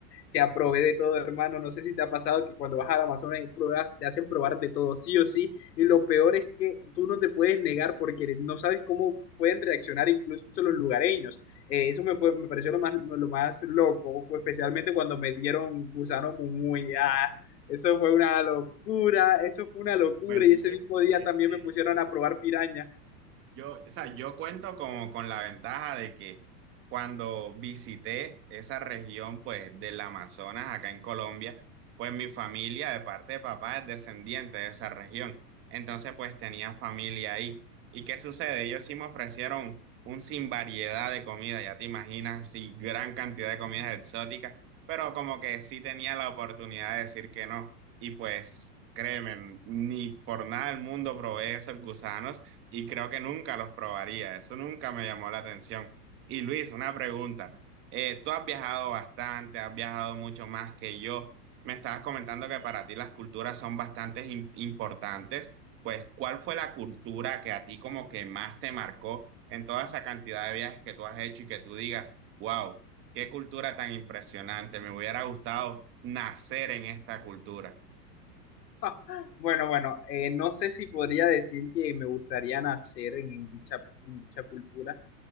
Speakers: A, on the left; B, on the right.
A: que aprobé de todo, hermano. No sé si te ha pasado que cuando vas al Amazonas y pruebas, te hacen probar de todo, sí o sí. Y lo peor es que tú no te puedes negar porque no sabes cómo pueden reaccionar incluso los lugareños. Eh, eso me, fue, me pareció lo más, lo más loco, especialmente cuando me dieron gusano muy... Ah, eso fue una locura, eso fue una locura.
B: Pues Luis,
A: Y ese mismo día
B: eh,
A: también
B: eh,
A: me pusieron a probar piraña.
B: Yo, o sea, yo cuento como con la ventaja de que cuando visité esa región, pues, del Amazonas, acá en Colombia, pues mi familia de parte de papá es descendiente de esa región. Entonces, pues, tenía familia ahí. ¿Y qué sucede? Ellos sí me ofrecieron un sin variedad de comida, ya te imaginas, sí, gran cantidad de comidas exóticas, pero como que sí tenía la oportunidad de decir que no. Y pues, créeme, ni por nada del mundo probé esos gusanos y creo que nunca los probaría. Eso nunca me llamó la atención. Y Luis, una pregunta. Eh, tú has viajado bastante, has viajado mucho más que yo. Me estabas comentando que para ti las culturas son bastante im- importantes. Pues, ¿cuál fue la cultura que a ti como que más te marcó en toda esa cantidad de viajes que tú has hecho y que tú digas, wow, qué cultura tan impresionante, me hubiera gustado nacer en esta cultura?
A: <laughs> Bueno, bueno, eh, no sé si podría decir que me gustaría nacer en dicha, en dicha cultura,